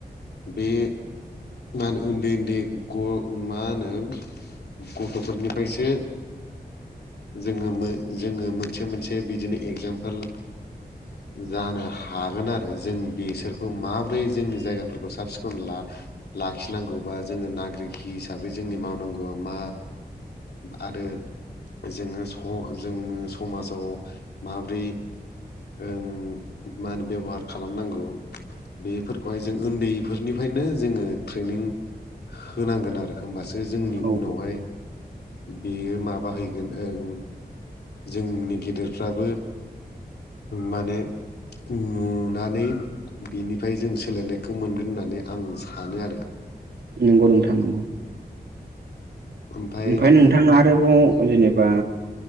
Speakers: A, on the left (about 85°); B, on the right (about 85°).
A: बे मा होनो उन्दै उन्दै ग मा होनो गथ'फोरनिफ्रायसो जोङो मो जोङो मोनसे मोनसे बिदिनो एगजामपोल
B: <unintelligible>
A: जानो हागोन आरो जों बेसोरखौ माबोरै जोंनि जायगाफोरखौ साब सिखन ला लाखिनांगौबा जोङो नागरिक हिसाबै जोंनि मावनांगौआ मा आरो जोङो जोङो समाजाव माब्रै ओं मा होनो बेब'हार खालामनांगौ बेफोरखौहाय जों उन्दैफोरनिफ्रायनो जोङो ट्रेनिं होनांगोन आरो होनोमबासो जोंनि
B: औ
A: उनावहाय बेयो माब हैगोन ओं जोंनि गेदेरफ्राबो माने नुनानै बिनिफ्राय जों सोलायनायखौ मोनगोन होननानै आं सानो आरो
B: नंगौ नों थांनांगौ
A: ओमफाय
B: ओमफफ्राय नोंथाङा आरोबाव जेनेबा